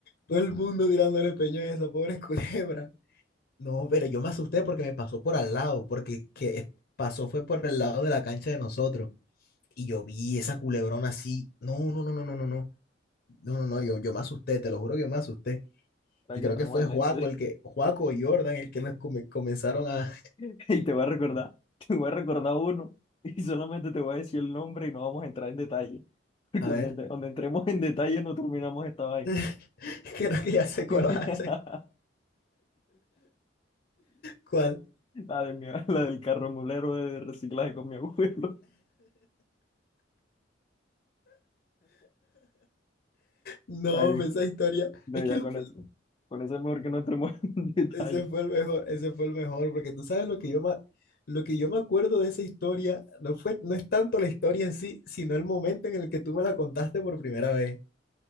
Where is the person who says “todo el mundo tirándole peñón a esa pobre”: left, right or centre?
Left